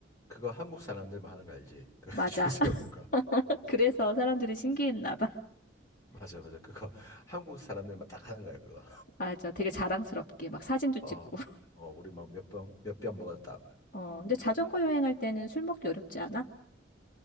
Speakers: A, on the left; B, on the left.
A: 그거 한국 사람들만 하는 거 알지? 그
B: 맞아.
A: 줄 <laughs> 세우는
B: <laughs>
A: 거. <laughs>
B: 그래서 사람들이 신기했나 봐.
A: 맞아, 맞아. 그거 한국 사람들만 딱 하는 거야, 그거.
B: 맞아. 되게 자랑스럽게 막 사진도 찍고.
A: 어,
B: <laughs>
A: 어, 우리 막 몇 병, 몇 병 먹었다. 막.
B: 어, 근데 자전거 여행할 때는 술 먹기 어렵지 않아?